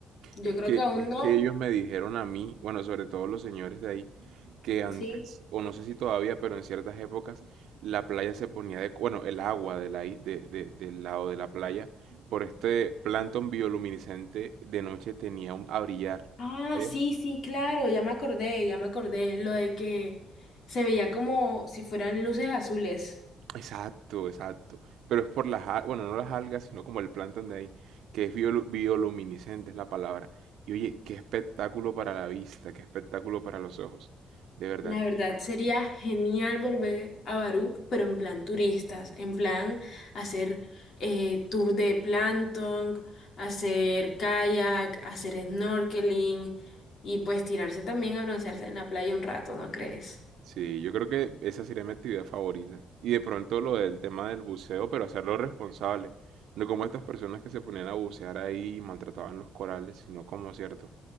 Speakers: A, on the left; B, on the right.
A: Yo
B: Es
A: creo
B: que,
A: que aún
B: es
A: no.
B: que ellos me dijeron a mí, bueno, sobre todo los señores de ahí, que antes,
A: Sí.
B: o no sé si todavía, pero en ciertas épocas, la playa se ponía de, bueno, el agua de la, i- de- de- del lado de la playa, por este plancton bioluminiscente de noche tenía un, a brillar.
A: Ah,
B: ¿Sabías?
A: sí, sí, claro. Ya me acordé, ya me acordé. Lo de que se veía como si fueran luces azules.
B: Exacto, exacto. Pero es por las, al- bueno, no las algas, sino como el plancton de ahí, que es biolu- bioluminiscente, es la palabra. Y oye, qué espectáculo para la vista, qué espectáculo para los ojos. De verdad
A: La verdad sería genial volver a Barú, pero en plan turistas, en plan hacer eh, tour de plancton, hacer kayak, hacer snorkeling y pues tirarse también a broncearse en la playa un rato, ¿no crees?
B: Sí, yo creo que esa sería mi actividad favorita. Y de pronto lo del tema del buceo, pero hacerlo responsable. No como estas personas que se ponían a bucear ahí y maltrataban los corales, sino como, cierto,